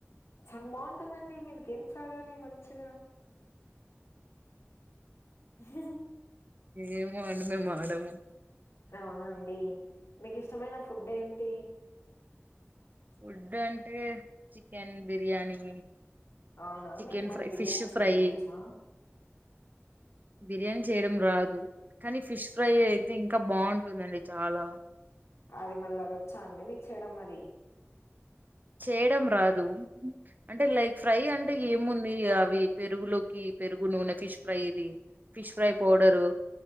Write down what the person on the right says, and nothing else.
ఏమో అండి మేము ఆడము
ఫుడ్ అంటే చికెన్ బిర్యానీ
చికెన్
ఫ్రై
ఫిష్
ఫ్రై
బిర్యానీ చేయడం రాదు కానీ ఫిష్ ఫ్రై అయితే ఇంకా బాగుంటుందండి చాలా
చేయడం రాదు అంటే లైక్ ఫ్రై అంటే ఏముంది అవి పెరుగులోకి పెరుగు నూనె ఫిష్ ఫ్రై ఇది ఫిష్ ఫ్రై పౌడరు